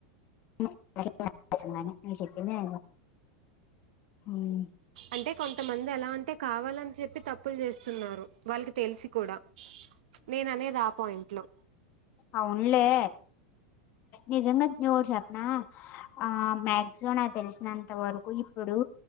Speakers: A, on the left; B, on the right.
A: నువ్వు చెప్పింది నిజమే ఉమ్
B: అంటే కొంతమంది ఎలా అంటే కావాలని చెప్పి తప్పులు చేస్తున్నారు వాళ్ళకి తెలిసి కూడా నేను అనేది ఆ పాయింట్ లో
A: అవున్లే నిజంగా నీకొకటి చెప్నా ఆ మ్యాగ్జిమమ్ నాకు తెలిసినంత వరకు ఇప్పుడు